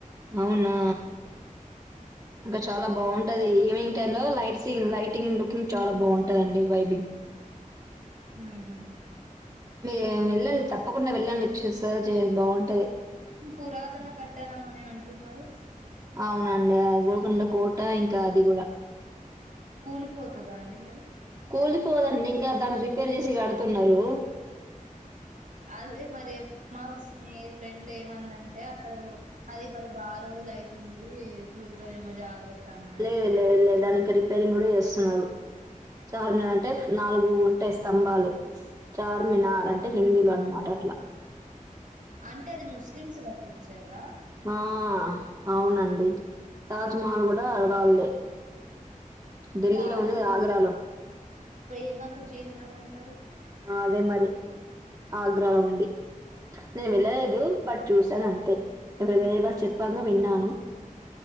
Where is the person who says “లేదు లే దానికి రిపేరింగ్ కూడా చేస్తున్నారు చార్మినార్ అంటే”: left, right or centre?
Right